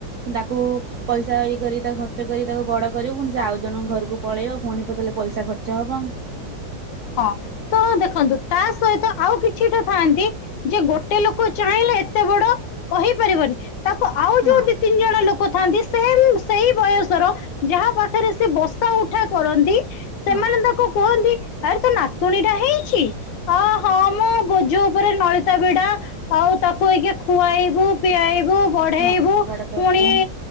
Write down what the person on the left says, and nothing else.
ହଁ ତ ଦେଖନ୍ତୁ ତା ସହିତ ଆଉ କିଛିଟା ଥାଆନ୍ତି ଯେ ଗୋଟେ ଲୋକ ଚାହିଁଲେ ଏତେ ବଡ କହିପାରିବନି ତାକୁ ଆଉ
ଯୋଉ ଦି ତିନି ଜଣ ଲୋକ ଥାନ୍ତି ସେ ସେଇ ବୟସର ଯାହା ପାଖରେ ସେ ବସା ଉଠା କରନ୍ତି। ସେମାନେ
ତାକୁ କୁହନ୍ତି। ଆରେ ତ ନାତୁଣୀ ଟା ହେଇଛି ଅ ହଁ ମୁଁ ବୋଝ ଉପରେ ତା ଛଡା ଆଉ ତାକୁ ଏଇକ ଖୁଆଇବୁ ପିଆଇବୁ ବଢେଇବୁ
ପୁଣି